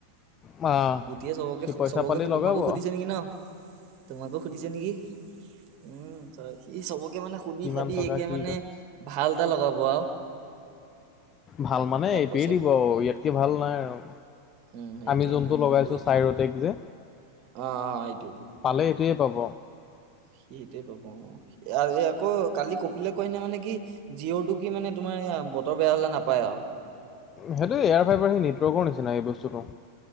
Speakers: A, on the left (about 25°); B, on the right (about 40°).
A: আহ
B: গুটিয়ে চবকে,
A: সি পইচা
B: চবকে,
A: পালি লগাব
B: তোমাকো সুধিছে নেকি ন'? তোমাকো সুধিছে নেকি! উম, <unintelligible> ই চবকে মানে সুধি
A: কিমান
B: সাধি
A: টকা
B: একে
A: কি
B: মানে
A: ক
B: ভাল এটা লগাব আৰু
A: ভাল মানে
B: তাৰ
A: এইটোৱে
B: পইচা
A: দিব ইয়াতকে ভাল নাই আৰু
B: উম, সেইটোৱে
A: আমি যোনটো
B: ন সি
A: লগাইছোঁ
B: কৈ
A: চাইৰটেক যে
B: অ', অ', এইটো
A: পালে এইটোৱে পাব
B: সেইটোৱে পাব অ আকৌ কালি কপিলে কয় ন মানে কি জিঅ'টো কি মানে তোমাৰ। বতৰ বেয়া হলে নাপায় আৰু।
A: সেইটো এয়াৰ ফাইবাৰ সেই নেটৱৰ্কৰ নিচিনা এই বস্তুটো।